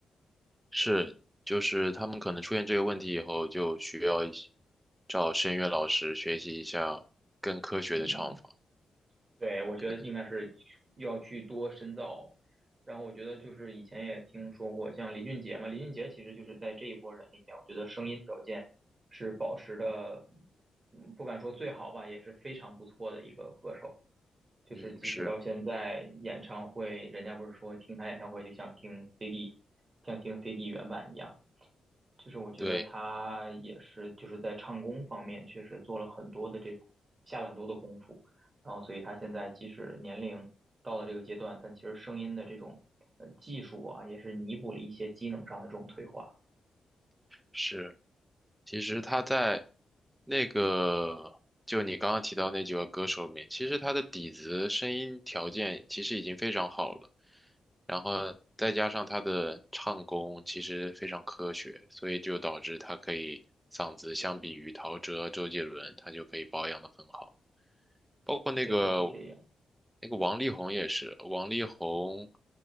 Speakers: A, in the centre; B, on the right.
A: 是，就是他们可能出现这个问题以后，就需要一些找声乐老师学习一下更科学的唱法。
B: 嗯，对，我觉得应该是要去多深造。
A: 可能。
B: 然后我觉得就是以前也听说过，像林俊杰嘛，林俊杰其实就是在这一波人里面，我觉得声音条件是保持的，嗯，不敢说最好吧，也是非常不错的一个歌手。就是即使到现在，
A: 嗯，是，
B: 演唱会人家不是说听他演唱会就像听 CD，像听 CD 原版一样。就是我觉得他也是就是在唱功方面确实做了很多的这种下了很多的功夫，
A: 对，
B: 然后所以他现在即使年龄到了这个阶段，但其实声音的这种呃技术啊，也是弥补了一些机能上的这种退化，
A: 是。其实他在那个，就你刚刚提到那几个歌手里面，其实他的底子、声音条件其实已经非常好了，然后再加上他的唱功其实非常科学，所以就导致他可以嗓子相比于陶喆、周杰伦，他就可以保养得很好。包括那个
B: 确实是这样。
A: 那个王力宏也是，王力宏